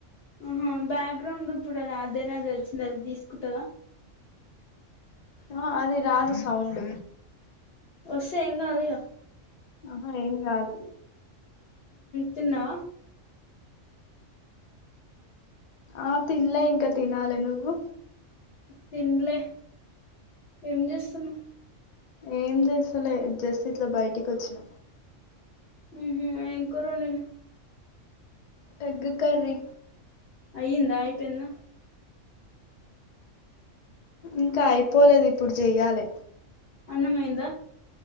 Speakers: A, on the left; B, on the left.
A: ఆహ బ్యాక్గ్రౌండ్ ఇప్పుడు నా రాధే రాధే వచ్చింది అది తీసుకుంటదా
B: ఆ అది రాదు సౌండ్
A: వస్తే ఏం కాదు ఇగ
B: ఆహ ఏం కాదు
A: తిన్నావ
B: ఆ తిన్లే ఇంక తినాలి నువ్వు
A: తిన్లే ఏం చేస్తున్నావ్
B: ఏం చేస్తలే జస్ట్ ఇట్లా బయటికి వచ్చా
A: హు హు ఎం కూర ఉండినావ్
B: ఎగ్ కర్రీ
A: అయ్యిందా అయిపోయిందా
B: ఇంకా అయిపోలేదు ఇప్పుడు చెయ్యాలి
A: అన్నమైంద